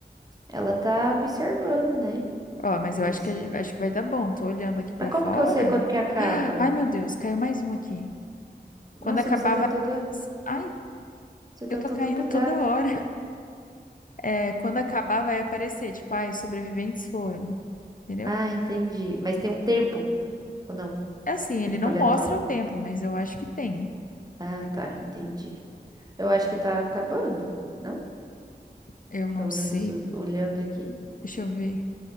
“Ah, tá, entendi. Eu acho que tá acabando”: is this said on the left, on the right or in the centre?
Right